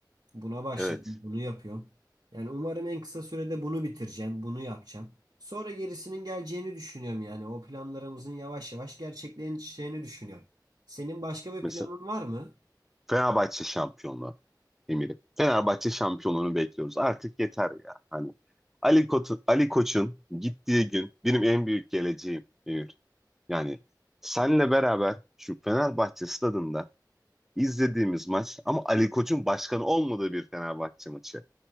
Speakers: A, on the right; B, in the centre.
A: Buna başladım,
B: evet.
A: bunu yapıyorum. Yani umarım en kısa sürede bunu bitireceğim, bunu yapacağım. Sonra gerisinin geleceğini düşünüyorum yani. O planlarımızın yavaş yavaş gerçekleşeceğini düşünüyorum. Senin başka bir
B: Mesela
A: planın var mı?
B: Fenerbahçe şampiyonluğu Emir'im. Fenerbahçe şampiyonluğunu bekliyoruz. Artık yeter ya. Hani Ali Koç'un Ali Koç'un gittiği gün benim en büyük geleceğim Emir. Yani senle beraber şu Fenerbahçe stadında izlediğimiz maç ama Ali Koç'un başkanı olmadığı bir Fenerbahçe maçı.